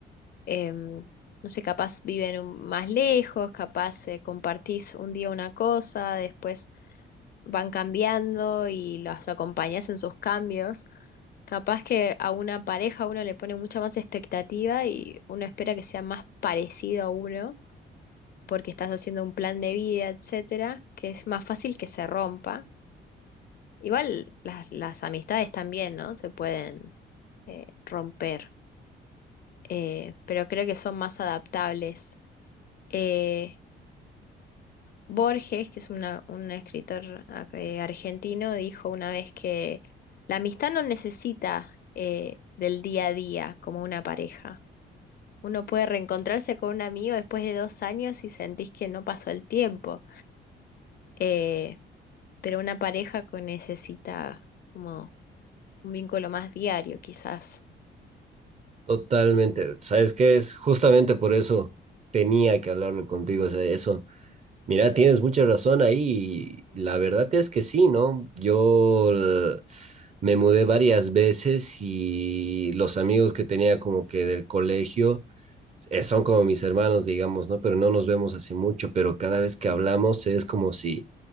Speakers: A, on the left; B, on the right.
A: em, no sé, capaz viven un- más lejos, capaz eh, compartís un día una cosa, después van cambiando y los acompañás en sus cambios. Capaz que a una pareja uno le pone mucha más expectativa y uno espera que sea más parecido a uno porque estás haciendo un plan de vida, etcétera, que es más fácil que se rompa. Igual las, las amistades también, ¿no? Se pueden eh, romper, eh, pero creo que son más adaptables. Eh, Borges, que es una- un escritor ac- eh, argentino, dijo una vez que la amistad no necesita eh, del día a día como una pareja. Uno puede reencontrarse con un amigo después de dos años y sentís que no pasó el tiempo. Eh, pero una pareja que necesita como un vínculo más diario, quizás.
B: Totalmente. Sabes que es justamente por eso tenía que hablarlo contigo. O sea, eso, mira, tienes mucha razón ahí. y La verdad es que sí, ¿no? Yo eh, me mudé varias veces y los amigos que tenía como que del colegio eh, son como mis hermanos, digamos, ¿no? Pero no nos vemos hace mucho, pero cada vez que hablamos es como si